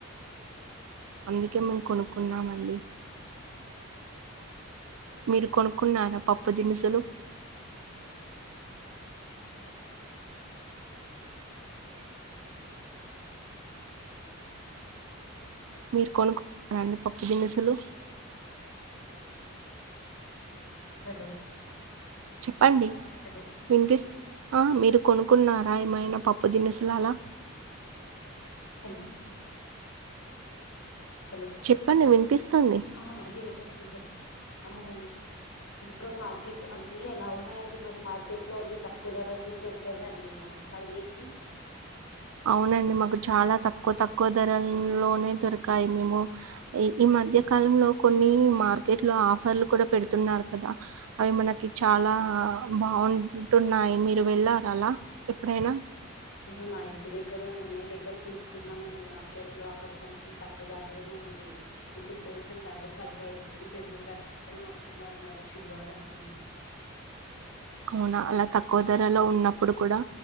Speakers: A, on the right (about 75°); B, on the left (about 80°).
A: అందుకే మేము కొనుక్కున్నామండి మీరు కొనుక్కున్నారా పప్పు దినుసులు మీరు కొనుకున్న రండి పప్పు దినుసులు
B: హలో
A: చెప్పండి
B: హలో
A: వినిపిస్త మీరు కొనుక్కున్నారా ఏమైనా పప్పు దినుసులు అలా
B: హలో హలో
A: చెప్పండి వినిపిస్తుంది
B: ఆ వినబడుతుంది చెప్పండి ఇంకా మార్కెట్ అన్ని ఎలా ఉన్నాయండి మరి మార్కెట్ లో అన్ని తక్కు కూరగాయలన్ని దొరికాయా అండి మాకు మరి మీకు
A: అవునండి మాకు చాలా తక్కువ తక్కువ ధరల లోనే దొరకాయి మేము మధ్య కాలంలో కొన్ని మార్కెట్ లో ఆఫర్లు కూడా పెడుతున్నారు కదా అవి మనకి చాలా బాగుంటున్నాయి మీరు వెళ్ళార అలా ఎప్పుడైనా
B: ఇగ మా ఇంటి దగ్గర ఉన్నయి దగ్గర తీసుకున్నామండి మార్కెట్ లో, అక్కడ కొంచెం తక్కువ ధరలు ఉంది. ఇప్పుడు కొంచెం ధరలు తగ్గాయి మళ్ళీ పెరుగుతాయి. అని అంటున్నారు మరి చూడాలండి.
A: అవునా అలా తక్కువ ధరలో ఉన్నప్పుడు కూడా